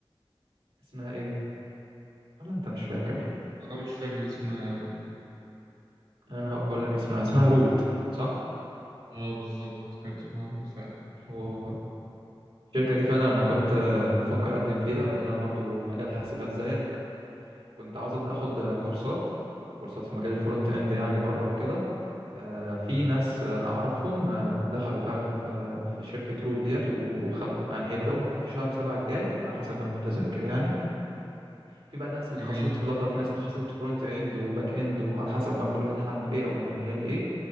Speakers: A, on the right; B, on the right.
A: اسمها ايه ولا انت مش فاكر
B: أنا مش فاكر اسمها أوي
A: انا هقول لك اسمها اسمها روت صح
B: أه بالظبط كان اسمها بود فعلا
A: والشركه دي فعلا انا كنت آه، بفكر اقدم فيها لان انا برضو مجال حاسبات زيك كنت عاوز ابدا اخد آه، كورسات كورسات في مجال الفرونت اند يعني بره وكده آه، في ناس آه، اعرفهم آه، دخلوا فعلا في في شركه روت ديت وخدوا يعني هيبداوا المفروض في شهر سبعة الجاي على حسب ما انا متذكر يعني في بقى الناس اللي
B: جميل
A: اتخصصت في لاتر في ناس اتخصصت فرونت اند وباك اند وعلى حسب بقى كل واحد حابب ايه او ميال لايه